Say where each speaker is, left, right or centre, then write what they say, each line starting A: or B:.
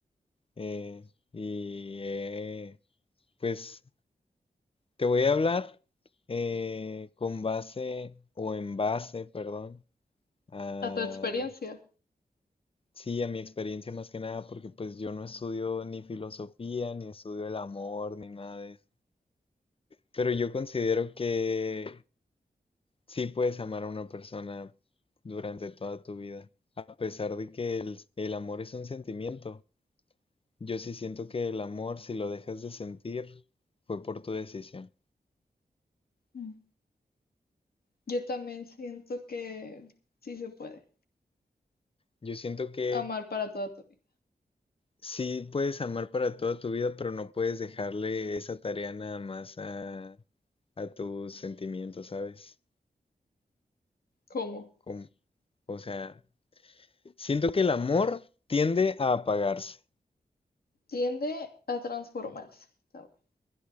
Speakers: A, on the left; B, on the left.
A: eh, y eh, pues te voy a hablar eh, con base o en base, perdón, a,
B: A tu experiencia.
A: sí, a mi experiencia más que nada, porque pues yo no estudio ni filosofía, ni estudio el amor, ni nada de eso. Pero yo considero que sí puedes amar a una persona durante toda tu vida, a pesar de que el el amor es un sentimiento. Yo sí siento que el amor, si lo dejas de sentir, fue por tu decisión.
B: Mm. Yo también siento que sí se puede
A: Yo siento que
B: amar para toda tu vida.
A: sí puedes amar para toda tu vida, pero no puedes dejarle esa tarea nada más a, a tus sentimientos, ¿sabes?
B: ¿Cómo?
A: Como- o sea, siento que el amor tiende a apagarse,
B: Tiende a transformarse. tal vez.